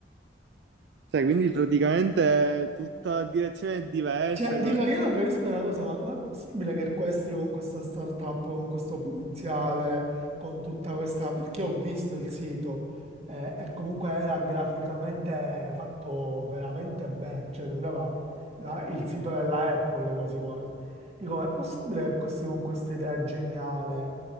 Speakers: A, on the right; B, on the right.
A: Cioè, quindi praticamente è tutta direzione diversa.
B: Cioè,
A: che
B: dico,
A: non-
B: io non capisco una cosa, ma com'è possibile che questi con questa startup, con questo potenziale, con tutta questa... Perché ho visto il sito eh, e comunque era graficamente fatto veramente bene, cioè sembrava la- il sito della Apple quasi quasi. Dico, ma è possibile che questi con questa idea geniale